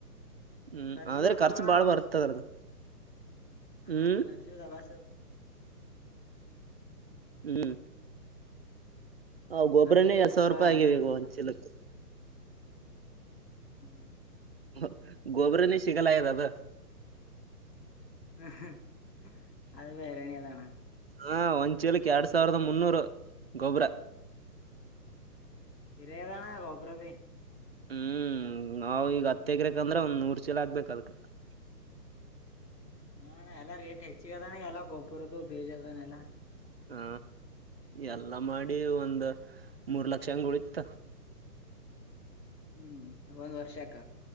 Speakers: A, on the right (about 40°); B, on the left (about 85°).
A: ಹ್ಮ್
B: ಖರ್ಚ
A: ಅಂದ್ರೆ
B: ಬಿ ಇರತದಲಾ
A: ಖರ್ಚು ಬಾಳ್
B: ಅಣ್ಣಾ ದಬಾಸ್.
A: ಬರ್ತದ ಅದ್ರದ್ದು
B: ಹಾ
A: ಹ್ಮ್
B: ಕರ್ಚಬಿ ದಬಾಸ್ ಇರ್
A: ಹ್ಮ್ ಅವ್ ಗೊಬ್ರನೇ
B: ಖರ್ಚು ಬಿ
A: ಎರಡ್
B: ಇರ್ತದ
A: ಸಾವಿರ ರೂಪಾಯಿ
B: ಎಲ್ಲಾ
A: ಆಗ್ಯವ ಇವಗ್
B: ಇರ್ತದಣ
A: ಒಂದ ಚೀಲಕ್.
B: ಹ್ಮ್
A: ಹ್ ಗೊಬ್ರನೆ ಸಿಗಲಾಗ್ಯದ ಅದ.
B: ಹ್ ಹ್ ಅದುಬಿ ಹೈರಾಣೆ ಅದಾ ಅಣ್ಣಾ.
A: ಹಾ ಒಂದ್ಚೀಲಕ್ಕ ಎರಡ್ ಸಾವಿರದ ಮುನ್ನೂರು ಗೊಬ್ಬ್ರ.
B: ಪಿರೆ ಅದಣ ಗೊಬ್ರಬಿ.
A: ಹ್ಮ್ ನಾವ್ ಈಗ ಹತ್ತ ಎಕ್ರೆಕ್ ಅಂದ್ರ ಒಂದ್ ನೂರ ಚೀಲಾ ಹಾಗ್ಬೇಕ ಅದಕ್. <inaudible>
B: ಹ್ಮ್ ಅಣ್ಣ ಎಲ್ಲಾ ರೇಟ್ ಹೆಚ್ಚಿಗಿ ಅದಣ ಎಲ್ಲ ಗೊಬ್ಬರುದು ಬೀಜ ಅದಾನೆಲ್ಲಾ.
A: ಹಾ ಎಲ್ಲಾ ಮಾಡಿ ಒಂದ್ ಮೂರ್ ಲಕ್ಷ ಹಂಗ ಉಳಿತ.
B: ಹ್ಮ್ ಹ್ಮ್ ಒಂದ್ ವರ್ಷಕ್ಕ.